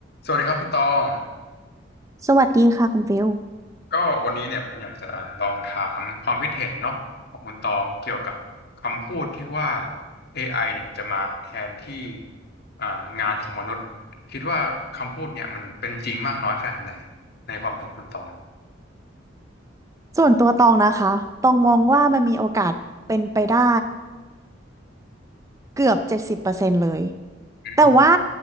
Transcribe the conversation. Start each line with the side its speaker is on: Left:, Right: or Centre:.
Left: สวัสดีครับคุณตอง
Right: สวัสดีค่ะคุณฟิล
Left: ก็วันนี้เนี่ยผมอยากจะลองถามความคิดเห็นเนาะของคุณตองเกี่ยวกับคำพูดที่ว่า AI เนี่ยจะมาแทนที่อ่างานของมนุษย์คิดว่าคำพูดเนี่ยมันเป็นจริงมากน้อยขนาดไหนในความเห็นคุณตอง
Right: ส่วนตัวตองนะคะตองมองว่ามันมีโอกาสเป็นไปได้เกือบเจ็ดสิบเปอร์เซ็นต์เลย
Left: อืม
Right: แต่ว่า